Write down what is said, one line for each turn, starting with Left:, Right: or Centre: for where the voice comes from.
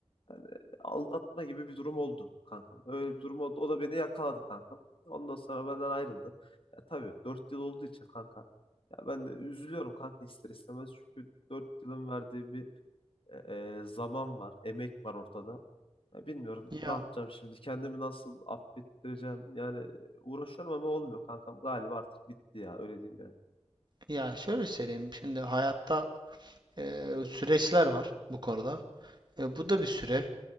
Left: yani aldatma gibi bir durum oldu kankam. Öyle bir durum oldu. O da beni yakaladı kankam. Ondan sonra benden ayrıldı. Ya tabii 4 yıl olduğu için kanka. Ya ben de üzülüyorum kanka ister istemez. Çünkü 4 yılın verdiği bir e, zaman var, emek var ortada. Ya bilmiyorum
Right: Ya
Left: ne yapacağım şimdi. Kendimi nasıl affettireceğim. Yani uğraşıyorum ama olmuyor kankam. Galiba artık bitti ya. Öyle diyeyim yani.
Right: ya şöyle söyleyeyim. Şimdi hayatta eee, süreçler var bu konuda. E, bu da bir süre,